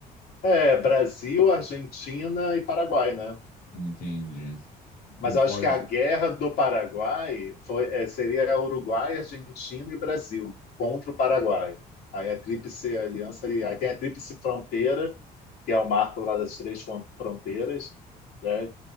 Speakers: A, on the left; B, on the left.
A: É, Brasil, Argentina e Paraguai, né?
B: Entendi.
A: Mas
B: Em
A: eu
B: Foz,
A: acho que a guerra do Paraguai foi, é, seria Uruguai, Argentina e Brasil contra o Paraguai. Aí a Tríplice Aliança, ali- aí tem a Tríplice Fronteira, que é o marco lá das três fron- fronteiras, né?